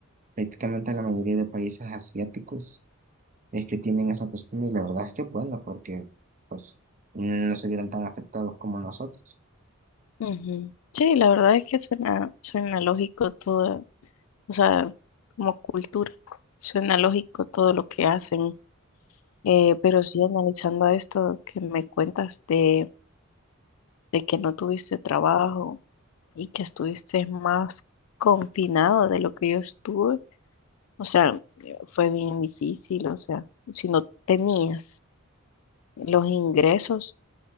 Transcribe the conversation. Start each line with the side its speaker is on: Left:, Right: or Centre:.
Right: prácticamente la mayoría de países asiáticos es que tienen esa costumbre, y la verdad es que es bueno porque, pues, no se vieron tan afectados como nosotros.
Left: Ujú. Sí, la verdad es que suena, suena lógico todo o sea, como cultura. Suena lógico todo lo que hacen, eh, pero sí analizando esto que me cuentas de, de que no tuviste trabajo y que estuviste más confinado de lo que yo estuve, o sea, fue bien difícil, o sea, si no tenías los ingresos,